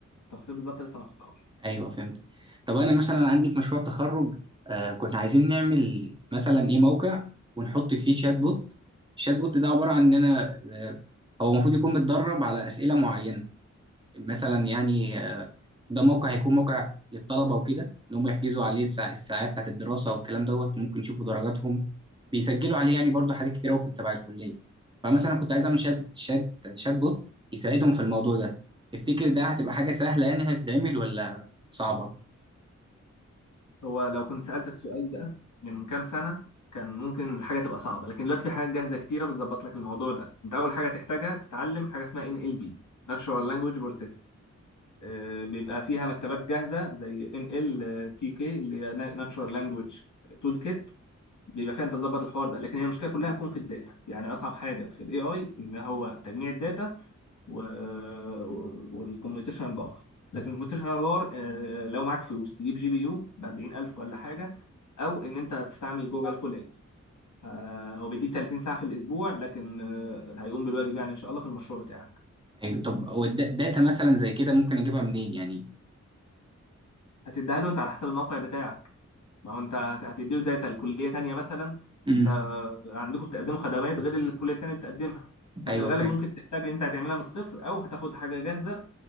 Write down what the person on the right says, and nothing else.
ايوه فهمت طب انا مثلا عندي في مشروع التخرج آه كنا عايزين نعمل مثلا ايه موقع ونحط فيه شات بوت الشات بوت ده عباره عن ان انا آه هو المفروض يكون متدرب على اسئله معينه مثلا يعني آه، ده موقع هيكون موقع للطلبة وكده إن هم يحجزوا عليه الساع- الساعات بتاعت الدراسة والكلام دوت ممكن يشوفوا درجاتهم بيسجلوا عليه يعني برضو حاجات كتير أوي في تبع الكلية فمثلا كنت عايز أعمل شات شات شات بوت يساعدهم في الموضوع ده تفتكر ده هتبقى حاجة سهلة يعني هتتعمل ولا صعبة؟
أيوه طب هو الدا- داتا مثلا زي كده ممكن أجيبها منين يعني؟
امم
أيوه
فهمت